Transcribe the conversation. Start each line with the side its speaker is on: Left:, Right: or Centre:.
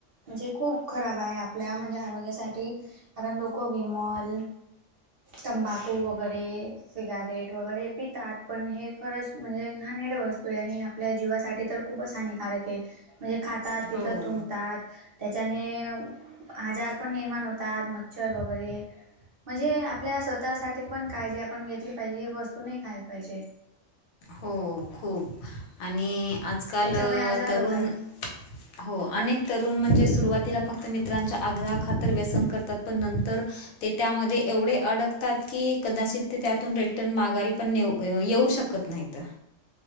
Right: म्हणजे खूप खराब आहे आपल्या म्हणजे आरोग्यासाठी कारण लोक विमल तंबाकू वगैरे सिगारेट वगैरे हे पितात पण हे खरंच म्हणजे घाणेरड वस्तू आय आणि आपल्या जीवास साठी तर खूपच हानिकारक ए. म्हणजे खातात तिथं
Left: हो
Right: थुंकतात. त्याच्याने आजार पण निर्माण होतात मच्छर वगैरे म्हणजे हे आपल्या स्वतःसाठी पण काळजी आपण घेतली पाहिजे हे वस्तू नाय खायला पाहिजे.
Left: हो खूप आणि आजकाल
Right: त्याच्यामुळे आजार
Left: तरुण
Right: <inaudible>
Left: हो अनेक तरुण म्हणजे सुरुवातीला फक्त मित्रांच्या आग्रहा खातर व्यसन करतात पण नंतर ते त्यामध्ये एवढे अडकतात की कदाचित ते त्यातून रिटर्न माघारी पण येऊ शकत नायत. त.